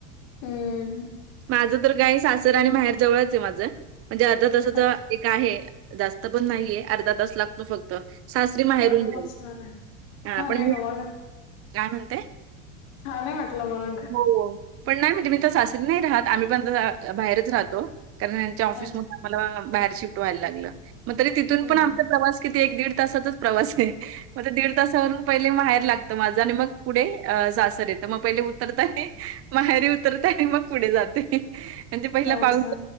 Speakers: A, on the left; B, on the right.
A: हम्म.
B: माझ? तर गाय सासर आणि माहेर जवळच आहे माझं म्हणजे अर्धा तस.
A: अच्छा.
B: का आहे जास्त पण नाहीये अर्धा तास लागतो फक्त सासरी माहेरून
A: अगं
B: जाली
A: मग छान आहे. छान
B: आपण
A: आहे
B: म
A: ग मग.
B: काय म्हणतेय.
A: छान आहे वाटलं मला
B: हो पण नाही म्हणजे मी सासरी नाही राहत आम्ही पण त बाहेरच राहतो कारण ऑफिस
A: अच्छा.
B: आ्हाला बाहेर शिफ्ट व्हायला लागलं मग त तिथून
A: हं,
B: पण आम प्रवास किती एक दीड तासातच प्रवास नाही. मग दीड तासावरून पहिलेहाहेर लागत माझं आणि मग पुढे सासर येत. तर मग पहिले उतरता आणि माहेरी उतरते आणि मग पुढे जाते म्हणजे
A: हं.
B: पहिला
A: अच्छा.
B: पाऊस